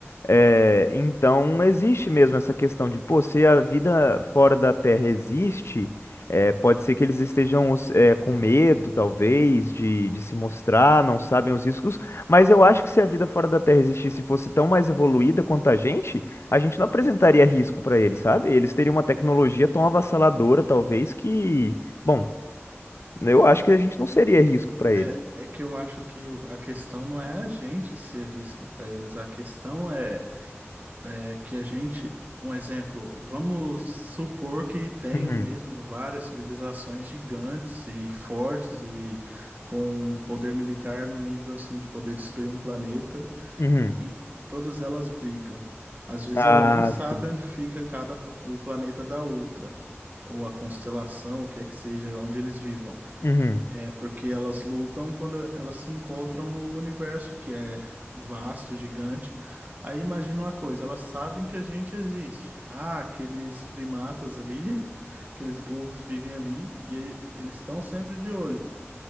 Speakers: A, on the left; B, on the right.
A: É, então existe mesmo essa questão de, pô, se a vida fora da Terra existe, é, pode ser que eles estejam os- é, com medo, talvez, de, de se mostrar, não sabem os riscos, mas eu acho que se a vida fora da Terra existisse e fosse tão mais evoluída quanto a gente, a gente não apresentaria risco para eles, sabe? Eles teriam uma tecnologia tão avassaladora, talvez, que, bom, eu acho que a gente não seria risco para ele.
B: É, é que eu acho que o- a questão não é a gente ser risco para eles, a questão é é, que a gente, um exemplo, vamos supor que tenham
A: Uhum,
B: mesmo várias civilizações gigantes e fortes e com um poder militar no nível assim de poder destruir um planeta
A: uhum.
B: e todas elas brigam. Às vezes
A: Ah,
B: ela nem sabe
A: sim.
B: onde fica cada o planeta da outra, ou a constelação, o que é que seja, onde eles vivam.
A: Uhum,
B: É porque elas lutam quando elas se encontram no universo, que é vasto, gigante. Aí imagina uma coisa, elas sabem que a gente existe. Ah, aqueles primatas ali, <laughs> aqueles burros vivem ali e eles estão sempre de olho.